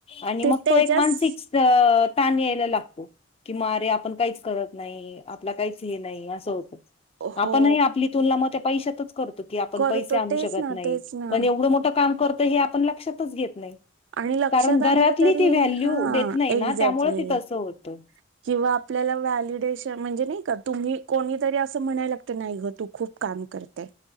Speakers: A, on the left; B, on the right.
A: आणि
B: ते
A: मग
B: त्याच्याच
A: तो एक मानसिक अ ताण यायला लागतो. की म रे आपण काहीच करत नाही, आपला काहीच हे नाही असं होतं.
B: हो
A: आपणही आपली तुलना म त्या पैशातच करतो की आपण
B: करतो
A: पैसे आणू
B: तेच
A: शकत
B: ना
A: नाही,
B: तेच ना
A: पण एवढं मोठं काम करतो हे आपण लक्षातच घेत नाही.
B: आणि लक्षात
A: कारण घरातली
B: आणलं तरी
A: ती व्हॅल्यू
B: हा
A: देत नाही
B: एझॅक्ली
A: ना त्यामुळे ती तसं होतं.
B: किंवा आपल्याला व्यालीडे म्हणजे नाही का तुम्ही कोणीतरी असं म्हणायला लागतं नाही गं तू खूप काम करते.